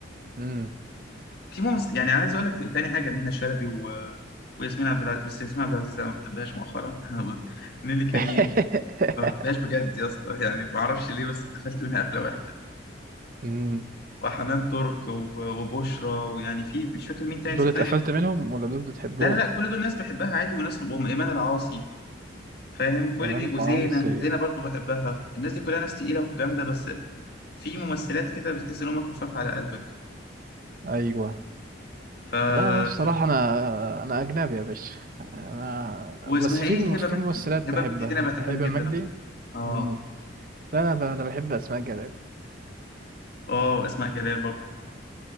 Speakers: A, on the right (about 45°); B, on the left (about 55°).
A: أمم.
B: في ممثل يعني عايز أقول لك تاني حاجة منى شلبي و... وياسمين عبد العزيز بس ياسمين عبد العزيز لا ما بحبهاش مؤخرا <laughs> نيلي كريم
A: <laughs>
B: ما بحبهاش بجد يا اسطى يعني ما أعرفش ليه بس اتقفلت منها قفلة وحشة
A: أمم.
B: وحنان ترك و- وبشرى ويعني في مش فاكر مين تاني
A: دول
B: صدقني
A: اتقفلت
B: بس
A: منهم ولا دول بتحبهم
B: لا لا لا كل دول ناس بحبها عادي وناس وأم إيمان العاصي فاهم كل
A: ايمن
B: دي وزينة
A: العاصي
B: زينة برضو بحبها الناس دي كلها ناس تقيلة وجامدة بس في ممثلات كده بتحس إن هم خفاف على قلبك كده
A: ايوه
B: ف
A: لا انا بصراحه انا انا اجنبي يا باشا انا
B: واسمها
A: بس في
B: إيه هبة مجدي
A: في ممثلات بحبها
B: هبة مجدي دي أنا بحبها
A: هبه
B: جدا
A: مجدي
B: على فكرة آه
A: مم. لا انا ب- انا بحب اسماء جلال
B: آه أسماء جلال برضو